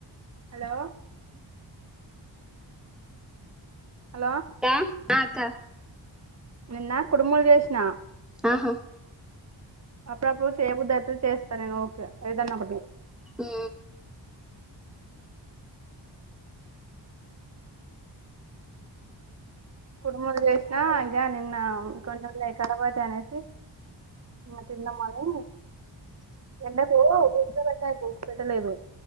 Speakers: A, on the right (about 35°); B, in the centre.
A: హలో హలో
B: అక్క ఆ అక్క
A: నిన్న కుడుములు చేసిన
B: ఆహా
A: అప్పుడప్పుడు చెయ బుద్ధి అయితది చేస్తా నేను ఓకే ఏదన్నా ఒకటి
B: ఉ
A: కుడుములు చేసినా ఇంకా నిన్న కొన్నిఉల్లే కరాబతన్ అనేసి ఆ తిందమని ఎండకు పో పెట్టయి కు పెట్టలేదు